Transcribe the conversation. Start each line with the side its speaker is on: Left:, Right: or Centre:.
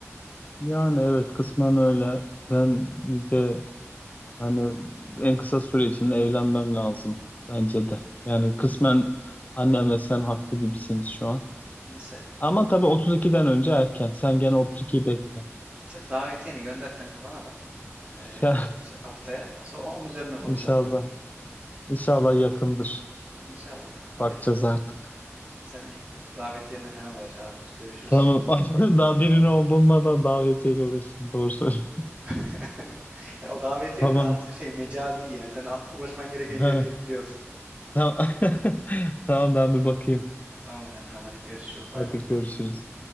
Left: Yani evet kısmen öyle. Ben de hani en kısa süre içinde evlenmem lazım bence de. Yani kısmen annem ve sen haklı gibisiniz şu an.
Right: Neyse.
Left: Ama tabii 32'den önce erken. Sen gene 32'yi bekle.
Right: Sen davetiyeni gönder kanka bana da
Left: Sen
Right: e, birkaç haftaya. Ondan Sonra onun üzerine
Left: <laughs>
Right: konuşalım
Left: inşallah
Right: abi.
Left: inşallah yakındır.
Right: İnşallah. Hadi
Left: Bakacağız artık.
Right: sen git davetiyenle falan uğraş abi. Görüşürüz
Left: Tamam.
Right: sonra.
Left: <laughs> Daha birinin olduğundan davetiyle uğraşayım. Doğru söylüyorsun.
Right: <laughs> Yani o davetiyenin
Left: Tamam.
Right: altı şey mecazi yani. Sen al- uğraşman gereken
Left: Ha,
Right: şeyleri biliyorsun.
Left: tamam. <laughs> Tamam ben bir bakayım.
Right: Tamam kankam hadi görüşürüz bay
Left: Hadi
Right: bay.
Left: görüşürüz.